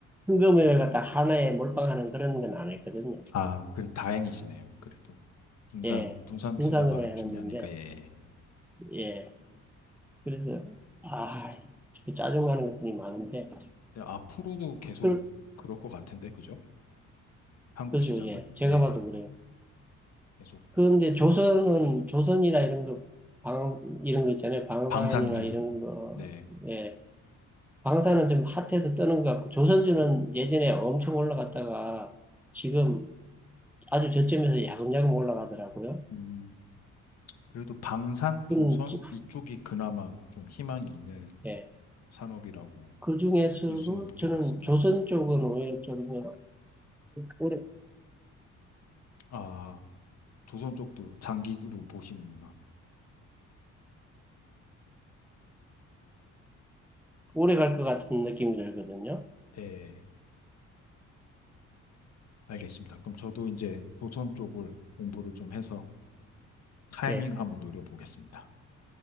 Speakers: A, in the centre; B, on the left.
A: 현금을 갖다 하나에 몰빵하는 그런 건 안 했거든요.
B: 아, 그래 다행이시네요. 그래도 분산
A: 예,
B: 분산
A: 생산으로
B: 투자가
A: 해놨는데,
B: 중요하니까 예.
A: 예, 그래서 아, 그 짜증나는 것들이 많은데,
B: 근데 앞으로도 계속
A: 그,
B: 그럴 것 같은데 그죠? 한국
A: 그죠,
B: 시장은
A: 예, 제가
B: 네
A: 봐도 그래요.
B: 계속
A: 그런데 조선은 조선이나 이런 거, 방, 이런 거 있잖아요. 방산이나
B: 방산주
A: 이런 거,
B: 네.
A: 예, 방사는 좀 핫해서 뜨는 것 같고, 조선주는 예전에 엄청 올라갔다가 지금 아주 저점에서 야금야금 올라가더라고요.
B: 음, 그래도 방산 조선
A: 음, 저-
B: 이쪽이 그나마 좀 희망이 있는
A: 예.
B: 산업이라고
A: 그 중에서도
B: 뉴스는 보긴
A: 저는
B: 봤습니다.
A: 조선 쪽은 오히려 좀 오래, 오래,
B: 아 조선 쪽도 장기로 보시는구나.
A: 오래 갈 것 같은 느낌이 들거든요.
B: 네 알겠습니다. 그럼 저도 이제 조선 쪽을 공부를 좀 해서 타이밍
A: 예,
B: 한번 노려보겠습니다.